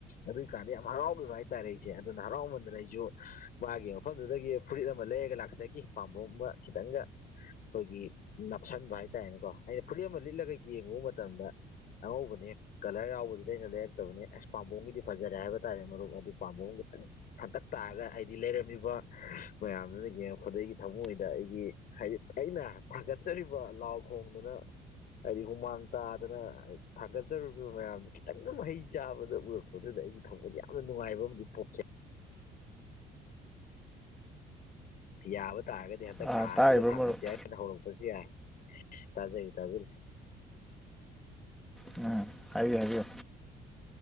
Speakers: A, on the left; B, in the centre.
A: ꯑꯗꯨꯏꯀꯥꯟꯗꯤ ꯌꯥꯝ ꯍꯔꯥꯎꯕꯤꯕ ꯍꯥꯏꯇꯥꯔꯦ ꯑꯩꯁꯦ ꯑꯗꯨꯅ ꯍꯔꯥꯎꯃꯟꯗꯅ ꯑꯩꯁꯨ ꯃꯥꯒꯤ ꯃꯐꯝꯗꯨꯗꯒꯤ ꯐꯨꯔꯤꯠ ꯑꯃ ꯂꯩꯔꯒ ꯂꯥꯛꯆꯈꯤ ꯄꯥꯝꯕꯨꯡ ꯑꯃ ꯈꯤꯇꯪꯒ ꯑꯩꯈꯣꯏꯒꯤ ꯅꯞꯁꯤꯟꯕ ꯍꯥꯏꯇꯥꯔꯦꯅꯦꯀꯣ ꯑꯩꯅ ꯐꯨꯔꯤꯠ ꯑꯃ ꯂꯤꯠꯂꯒ ꯌꯦꯡꯉꯨꯕ ꯃꯇꯝꯗ ꯑꯉꯧꯕꯅꯦ ꯀꯂꯔ ꯌꯥꯎꯕꯗꯨꯗ ꯑꯩꯅ ꯂꯩꯔꯛꯇꯕꯅꯦ ꯑꯁ ꯄꯥꯝꯕꯣꯒꯤꯗꯤ ꯐꯖꯔꯦ ꯍꯥꯏꯕ ꯇꯥꯔꯦ ꯃꯔꯨꯞ ꯑꯗꯨ ꯄꯥꯝꯕꯣꯝꯒꯤ ꯐꯅ ꯍꯟꯇꯛ ꯇꯥꯔꯒ ꯍꯥꯏꯗꯤ ꯂꯩꯔꯝꯃꯤꯕ ꯃꯌꯥꯝꯗꯨꯅ ꯌꯦꯡꯉꯛꯄꯗꯒꯤ ꯊꯃꯣꯏꯗ ꯑꯩꯒꯤ ꯍꯥꯏꯗꯤ ꯑꯩꯅ ꯊꯥꯒꯠꯆꯔꯤꯕ ꯂꯥꯎ ꯈꯣꯡꯗꯨꯅ ꯍꯥꯏꯗꯤ ꯍꯨꯃꯥꯡ ꯇꯥꯗꯅ ꯊꯥꯒꯠꯆꯔꯨꯔꯤꯕ ꯃꯌꯥꯝꯗꯨ ꯈꯤꯇꯪꯒ ꯃꯍꯩ ꯆꯥꯕꯗ ꯎꯔꯛꯄ ꯑꯗꯨꯗ ꯑꯩꯒꯤ ꯊꯝꯃꯣꯏꯗ ꯌꯥꯝꯅ ꯅꯨꯡꯉꯥꯏꯕ ꯑꯃꯗꯤ ꯄꯣꯛꯈꯤ ꯌꯥꯕ ꯇꯥꯔꯒꯗꯤ ꯍꯟꯗꯛ
B: ꯑꯥ
A: ꯊꯥ
B: ꯇꯥꯔꯤꯕ꯭ꯔꯥ
A: ꯑꯁꯤꯗ ꯊꯥꯡꯒꯠꯆ
B: ꯃꯔꯨꯞ
A: ꯑꯩꯅ ꯍꯧꯔꯛꯄꯁꯨ ꯌꯥꯏ ꯇꯥꯖꯩ ꯇꯥꯖꯔꯤ
B: ꯎꯝ ꯍꯥꯏꯕꯤꯌꯨ ꯍꯥꯏꯕꯤꯌꯨ